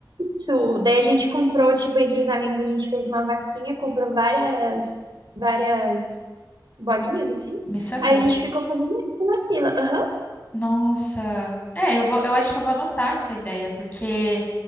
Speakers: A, on the right; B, on the left.
A: Isso. Daí a gente comprou, tipo, entre os amigos, a gente fez uma vaquinha, comprou várias, várias bolinhas, assim.
B: miçangas?
A: Aí a gente ficou fazendo isso na fila. Aham.
B: Nossa. É, eu vou, eu acho que eu vou anotar essa ideia, porque